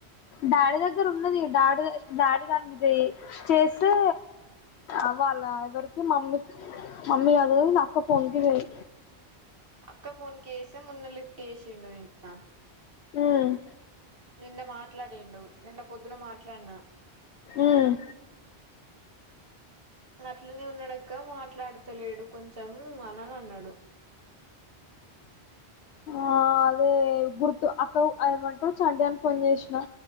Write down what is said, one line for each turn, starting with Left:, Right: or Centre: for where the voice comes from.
Left: డాడీ దగ్గర ఉన్నది డాడీ డాడీ దానికి చేయ్ చేస్తే అవాల ఎవరికి మమ్ మమ్మీ కాదుకని అక్క ఫోన్ కి చెయ్
Right: అక్క ఫోన్ కేసే మున్న లిఫ్ట్ చేసిండు నిన్న
Left: ఉమ్
Right: నిన్న మాట్లాడిండు నిన్న పొద్దున మాట్లాడినా
Left: ఉమ్
Right: అట్లనే ఉన్నాడక్క మాట్లాడతలేడు కొంచెం అనని అన్నాడు
Left: ఆ అదే గుర్తు అక్క ఏమంటారు చంటి గాని ఫోన్ చేసినా